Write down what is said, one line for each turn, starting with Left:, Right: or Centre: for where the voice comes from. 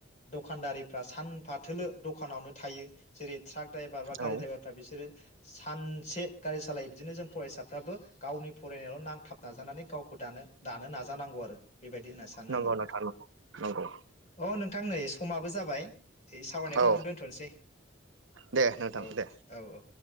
Left: खानदारिफ्रा सानफाथोलो दखानावनो थायो जेरै ट्राक द्राइभार बा गारि
Right: औ
Left: द्राइभारफ्रा बिसोरो सानसे गारि सालायो बिदिनो जों फरायसाफ्राबो गावनि फरायनायाव नांथाब नाजानानै गावखौ दानो दानो नाजानांगौ आरो । बेबायदि होनना सानो
Right: नंगौ
Left: आङो
Right: नोंथां नंगौ नंगौ
Left: औ, औ नोंथां नै आबो जाबाय। ऐ सावरायनायखौ
Right: औ
Left: इयावनो दोनथ'नोसै
Right: दे नोंथां
Left: औ,
Right: दे
Left: औ औ।